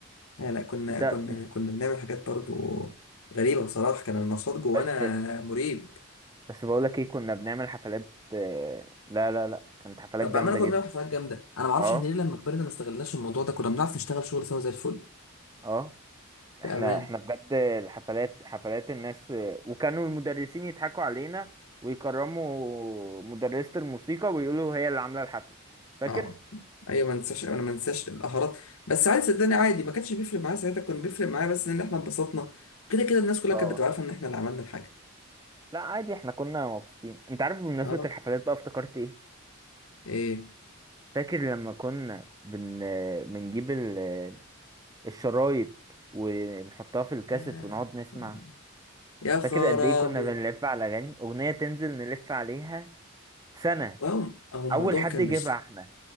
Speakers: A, on the left (about 80°); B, on the right (about 15°).
A: لا لا كنا
B: ده
A: كنا كنا بنعمل حاجات برضو غريبة بصراحة كان النشاط جوانا
B: بس
A: مريب
B: بس بقولك ايه كنا بنعمل حفلات آه، لا لا لا كانت حفلات
A: طب
B: جامده
A: بأمانة كنا
B: جدا
A: بنعمل حفلات جامدة أنا معرفش
B: اه
A: إحنا ليه لما كبرنا ما استغلناش الموضوع ده كنا بنعرف نشتغل شغل سوا زي الفل
B: اه
A: بأمانة
B: احنا احنا بجد الحفلات حفلات الناس وكانوا المدرسين يضحكوا علينا ويكرموا مدرسة الموسيقى ويقولوا هي اللي عاملة الحفلة فاكر؟
A: اه ايوه ما انساش انا ما انساش القهرات بس عادي صدقني عادي ما كانش بيفرق معايا ساعتها كان بيفرق معايا بس ان احنا اتبسطنا كده كده الناس كلها
B: اه
A: كانت بتبقى
B: والله
A: عارفه ان احنا اللي عملنا الحاجه
B: لا عادي احنا كنا مبسوطين انت عارف بمناسبة
A: أه
B: الحفلات بقى افتكرت ايه
A: إيه
B: فاكر لما كنا بن... بنجيب ال... الشرايط ونحطها في الكاسيت
A: يا
B: ونقعد نسمع
A: آه. يا خرابي
B: فاكر قد ايه كنا بنلف على اغاني اغنية تنزل نلف عليها سنة
A: واو هو الموضوع
B: اول حد
A: كان
B: يجيبها
A: مش
B: احنا.